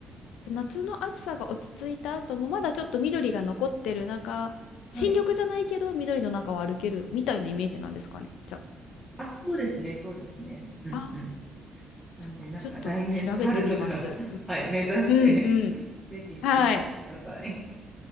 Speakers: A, on the left; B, in the centre.
A: で夏の暑さが落ち着いた後もまだちょっと緑が残ってる中、新緑じゃないけど緑の中を歩けるみたいなイメージなんですかね。
B: うん。はい。
A: じゃ
B: あ、そうですね、そうですね。うんうん。
A: あ。ああ、
B: なんで、
A: そっか。
B: なんか来年の春とか
A: ちょっと調べてみます。
B: <laughs> はい、目指して
A: うんうん。
B: <laughs> ぜひ行ってみてください。
A: はい。